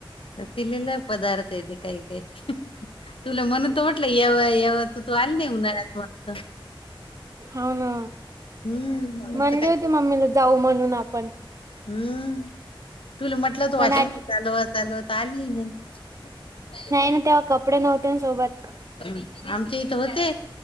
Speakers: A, on the left (about 75°); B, on the right (about 35°).
A: म तलीला पदार्थ इेत काय का तुला म्हण तर वाटलं येव येव तू तू आल नाही उन्हाळ्यात मत
B: हो ना
A: हम्म
B: म्हणले
A: असं काय
B: होते मम्मीला जाऊ म्हणून आपण
A: हम्म तुला म्हटलं त
B: पण
A: वाशिम चालव चालवत आली नाही
B: नाही ना तेव्हा कपडे नव्हते ना सोबत
A: आमच्या इथं होते